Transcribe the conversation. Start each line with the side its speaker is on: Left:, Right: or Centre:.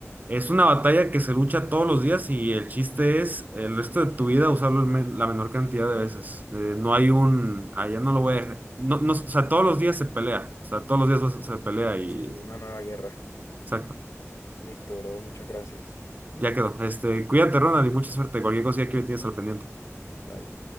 Right: es una batalla que se lucha todos los días y el chiste es el resto de tu vida usarlo el men- la menor cantidad de veces. Eh, no hay un, allá no lo voy a dejar. No, no, o sea, todos los días se pelea, o sea, todos los días se se pelea y
Left: Sí, una nueva guerra.
Right: exacto,
Left: Listo, bro. Muchas gracias.
Right: ya quedó. Este, cuídate, Ronald, y mucha suerte. Cualquier cosilla que me tienes al pendiente.
Left: Vale.